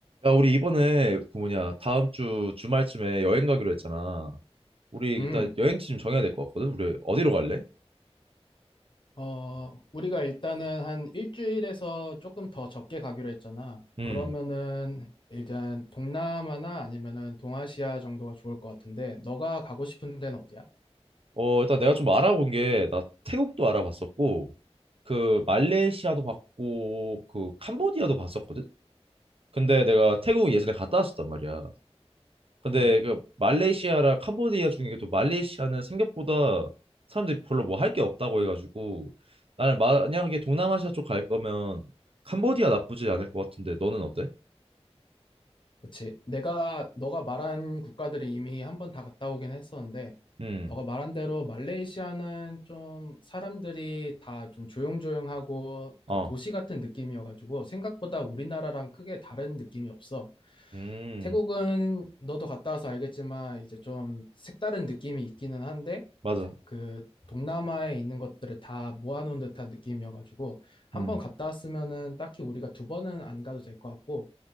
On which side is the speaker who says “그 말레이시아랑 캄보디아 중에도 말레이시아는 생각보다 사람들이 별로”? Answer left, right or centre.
Right